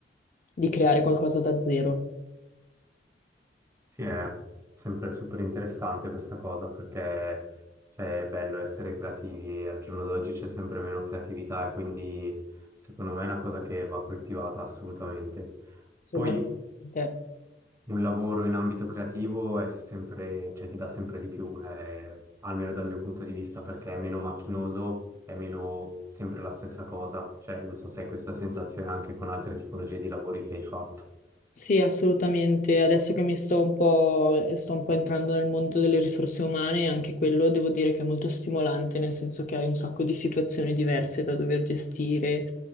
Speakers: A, on the left; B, on the right.
A: di creare qualcosa da zero.
B: Sì, è sempre super interessante questa cosa perché cioè, è bello essere creativi e al giorno d'oggi c'è sempre meno creatività e quindi secondo me è una cosa che va coltivata assolutamente.
A: Sono
B: Poi
A: d'accordo con te.
B: Un lavoro in ambito creativo è sempre, cioè ti dà sempre di più, eh, almeno dal mio punto di vista, perché è meno macchinoso, è meno sempre la stessa cosa. Cioè, non so se hai questa sensazione anche con altre tipologie di lavori che hai fatto.
A: Sì, assolutamente. Adesso che mi sto un po', e sto un po' entrando nel mondo delle risorse umane, anche quello devo dire che è molto stimolante, nel senso che hai un sacco di situazioni diverse da dover gestire